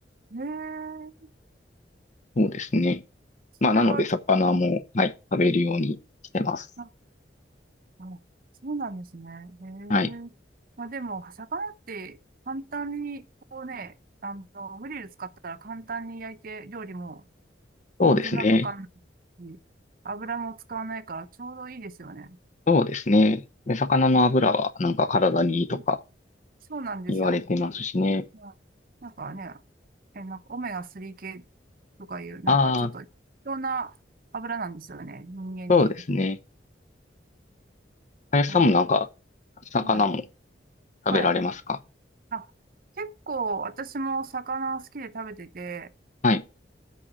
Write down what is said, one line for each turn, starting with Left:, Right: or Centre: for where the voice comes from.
Right: えー、
Left: そうですね。
Right: それはちょ、
Left: まあ、なので魚も、はい、食べるようにしてます。
Right: あ、あそうなんですね。えー、
Left: はい。
Right: まあでも、魚って簡単に、こうね、あの、グリル使ったら簡単に焼いて料理ももう手間かかんないし、
Left: そうですね。
Right: 油も使わないからちょうどいいですよね。
Left: そうですね。で、魚の油はなんか体にいいとか
Right: うんそうなんですよ。
Left: 言われてますしね。
Right: まあなんかね、え、なんかオメガ3系とかいう、なんかちょっと必要な油なんですよね、
Left: ああ、
Right: 人間に。
Left: そうですね。林さんもなんか、
Right: はい。
Left: 魚も
Right: はい。
Left: 食べられますか
Right: はい。あ、結構私も魚好きで食べてて、
Left: はい。